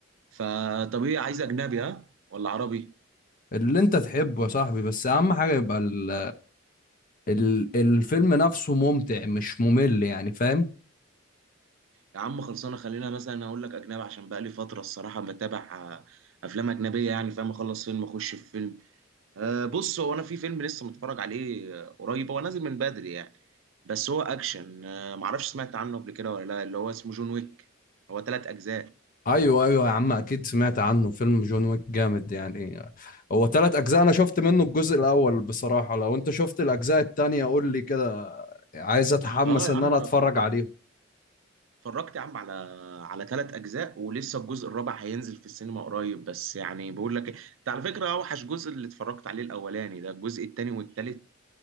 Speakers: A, on the right; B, on the left.
A: فطب ايه عايز اجنبي ها ولا عربي
B: اللي انت تحبه يا صاحبي بس اهم حاجة يبقى ال... ال... الفيلم نفسه ممتع مش ممل يعني فاهم
A: يا عم خلصانة خلينا مثلا اقول لك اجنبي عشان بقالي فترة الصراحة بتابع آه، افلام اجنبية يعني فاهم اخلص فيلم اخش في فيلم آه بص هو انا في فيلم لسه متفرج عليه آه، قريب هو نازل من بدري يعني بس هو اكشن آه معرفش سمعت عنه قبل كده ولا لا اللي هو اسمه جون ويك هو ثلاث اجزاء
B: ايوه ايوه يا عم اكيد سمعت عنه فيلم جون ويك جامد يعني هو ثلاث اجزاء انا شفت منه الجزء الاول بصراحه لو انت شفت الاجزاء التانية قول لي كده عايز اتحمس
A: اه يا
B: ان
A: عم
B: انا
A: انا
B: اتفرج
A: اتفرجت
B: عليهم
A: اتفرجت يا عم على على ثلاث اجزاء ولسه الجزء الرابع هينزل في السينما قريب بس يعني بقول لك إيه، انت على فكره اوحش جزء اللي اتفرجت عليه الاولاني ده الجزء الثاني والثالث